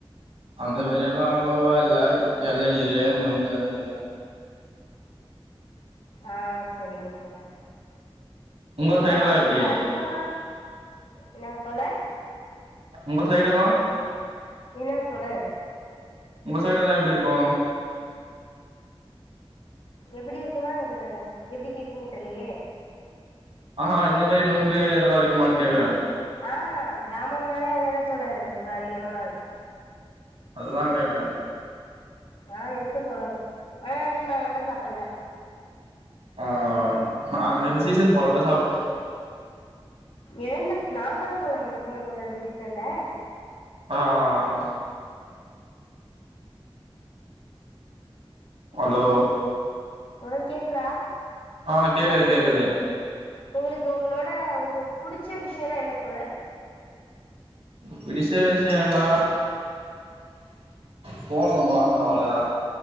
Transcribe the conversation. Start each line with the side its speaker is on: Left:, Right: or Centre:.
Right: அந்த மாரில்லா அவ்ளோவா இல்ல எலநீரு நுங்கு அந்த மாதிரிதா
Left: ஆ சரிங்க தோழர்
Right: உங்க சைடு
Left: கிராமத்துல
Right: எல்லா எப்டி
Left: அதிகமா என்னாங்க தோழர்
Right: உங்க சைடொல்லா
Left: என்ன தோழர்
Right: உங்க சைடு எல்லா எப்பிடி இருக்கு
Left: எப்பிடி இருக்குனா ஆ எப்பிடி கேக்கிங்கன்னு தெல்லையே
Right: ஆ இந்த மாரி நுங்கு இதெல்லா இருக்குமான்னு கேக்குறே
Left: ஆ கிராமம்னாலே அதான தோழர் ரொம்ப அதிகமா இருக்கு
Right: அதா கேட்டே
Left: ஆ இருக்கு தோழர் ஆ இன் நாங்க இன்னு சாப்பில
Right: ஆ நாங்க
Left: ம்
Right: இந்த சீசன் போழதா சாப்ட்டோ
Left: எழந்த நாகர் பழம் இருக்குமே தோழரே இந்த சீசன்ல
Right: ஆ ஆ ஆ அலோ
Left: தோழர் கேக்குதா
Right: ஆ கேக்குது கேக்குது
Left: உங்களுக்கு உங்களோட உங்க உங்களுக்கு புடிச்ச விஷயனா என்ன தோழர்
Right: பிடிச்ச விஷயன்னா ஃபோன் ஒன்னு வாங்கணு அவ்வளதா